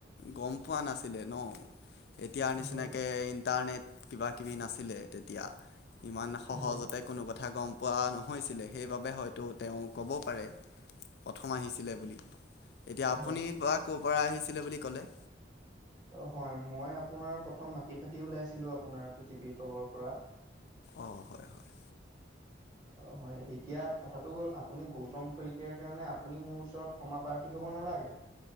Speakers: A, on the left (about 55°); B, on the right (about 20°).
A: গম পোৱা নাছিলে ন। এতিয়াৰ নিচিনাকে
B: হয়,
A: ইণ্টাৰনেট কিবা কিবি নাছিলে তেতিয়া। ইমান সহজতে
B: হয়,
A: কোনো ক কথা গম পোৱা নহৈছিলে সেইবাবে হয়তো তেওঁ ক'ব পাৰে। প্ৰথম আহিছিলে বুলি, এতিয়া আপুনি
B: হয়।
A: বা ক'ৰ পৰা আহিছিলে বুলি ক'লে?
B: অ হয় মই আপোনাৰ প্ৰথম মাটি ফাটি ওলাইছিলো আপোনাৰ পৃথিৱীৰ তলৰ পৰা।
A: অ হয় হয়।
B: অ হয় এতিয়া কথাটো হ'ল আপুনি গৌতম শইকীয়াৰ কাৰণে আপুনি মোৰ ওচৰত ক্ষমা প্ৰাৰ্থী হ'ব নালাগে।